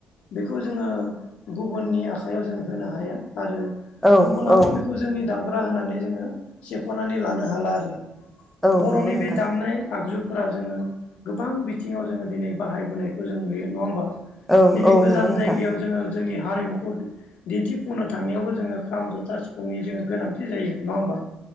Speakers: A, on the left (about 75°); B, in the centre.
A: बेखौ जोङो गुबुननि आखायाव जों होनो हाया आरो
B: औ
A: गुबुनाबो
B: औ
A: बेखौ जोंनि दामग्रा होनानै जोङो सेख'नानै लानो हाला आरो
B: औ
A: बर'नि
B: नंगौ नोंथां
A: बे दामनाय आगजु फोरा जोङो गोबां बिथिङाव जोङो दिनै बाहायबोनायखौ जों नुयो नङा होमबा
B: औ
A: दिनै गोजान
B: नंगौ नोंथां
A: जायगायाव जोङो जोंनि हारिमुखौ दिन्थिफुंनो थांनायावबो जोङो खाम, जथा, सिफुंनि जोङो गोनांथि जायो नङा होमबा